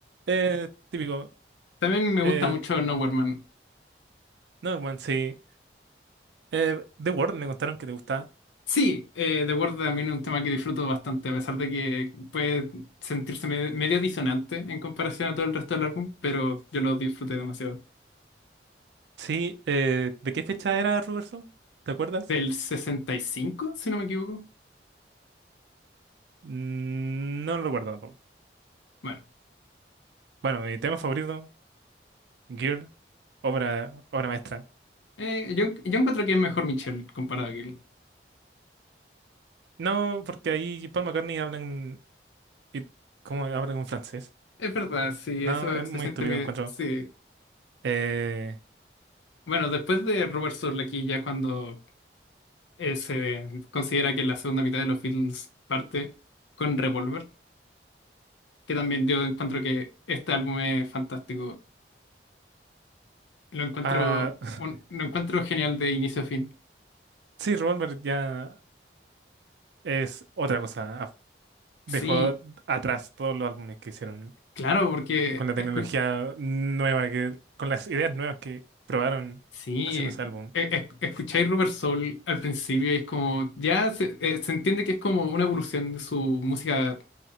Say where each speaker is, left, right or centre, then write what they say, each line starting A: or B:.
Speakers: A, on the right; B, on the left.
A: eh, típico.
B: También me
A: Eh,
B: gusta mucho Nowhere Man.
A: Another One, sí. Eh, The World, me contaron que te gusta.
B: Sí, eh, The Word también es un tema que disfruto bastante, a pesar de que puede sentirse me- medio disonante en comparación a todo el resto del álbum, pero yo lo disfruté demasiado.
A: Sí. eh, ¿de qué fecha era Rubber Soul? ¿Te acuerdas?
B: Del 65, si no me equivoco.
A: Mm, No lo recuerdo tampoco.
B: Bueno,
A: Bueno, mi tema favorito, Girl, obra, obra maestra.
B: eh, yo, yo encuentro que es mejor Michelle comparado a Gil.
A: No, porque ahí Paul McCartney habla en, y cómo habla con francés.
B: Es verdad, sí,
A: No,
B: eso
A: es muy
B: se siente
A: estúpido,
B: medio...
A: encuentro.
B: Sí.
A: Eh,
B: Bueno, después de Robert Soul aquí ya cuando eh, se considera que la segunda mitad de los Beatles parte con Revolver, que también yo encuentro que este álbum es fantástico. Lo encuentro,
A: ah, <laughs>
B: un- lo encuentro genial de inicio a fin.
A: sí, Revolver ya es otra cosa. af-
B: Sí,
A: Dejó atrás todos los álbumes que hicieron
B: claro, porque
A: con la tecnología
B: escu-
A: nueva, que, con las ideas nuevas que probaron
B: sí,
A: haciendo ese álbum.
B: e- e- escucháis Rubber Soul al principio y es como, ya se, eh, se entiende que es como una evolución de su música